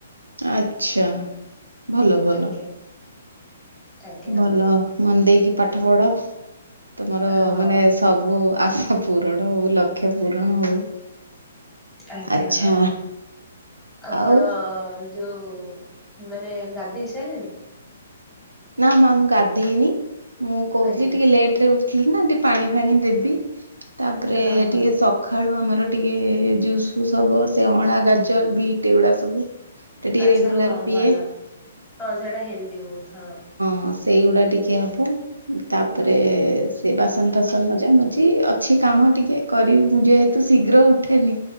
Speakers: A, on the right (about 85°); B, in the centre.
A: ଆଚ୍ଛା ଭଲ ଭଲ।
B: ଆଜ୍ଞା ଆଜ୍ଞା
A: ଭଲ
B: ହଁ
A: ମନ ଦେଇକି ପାଠ ପଢ। ତମର
B: ହଁ
A: ମାନେ ସବୁ ଆଶା ପୂରଣ ହଉ, ଲକ୍ଷ୍ୟ ପୂରଣ ହଉ।
B: ଆଜ୍ଞା
A: ଆଚ୍ଛା
B: ହଁ। ଆପଣ
A: ଆଉ
B: ଯୋଉ ମାନେ ଗାଧେଇ ସାରିଲେଣି?
A: ନା ନା ମୁଁ ଗାଧେଇନି। ମୁଁ କହୁଥିଲି,
B: ଆଜ୍ଞା
A: ଟିକେ ଲେଟ ରେ ଉ ଉଠିଲିନା ଟିକେ ପାଣି ଫାଣି ଦେବି। ତାପରେ
B: ହଁ ହଁ
A: ଟିକେ ସ ସଖାଳୁ ଆମର ଟିକେ ଜୁସ୍ ଫୁସ୍ ହବ। ସେ ଅଁଳା ଗାଜର ବିଟ୍ ଏଗୁଡା ସବୁ। ତ ଟିକେ
B: ଆଚ୍ଛା
A: ରେଗୁଲାର
B: ହଁ
A: ପିଏ
B: ଭଲ। ହଁ, ସେଟା ହେଲଦି ବହୁତ ହଁ।
A: ହଁ ସେଇଗୁଡା ଟିକେ ହବ। ତାପରେ ସେ ବାସନ ଫାସନ ମଜା ମଜି ଅଛି କାମ ଟିକେ। କରିବି ମୁଁ ଯେହେତୁ ଶୀଘ୍ର ଉଠେନି।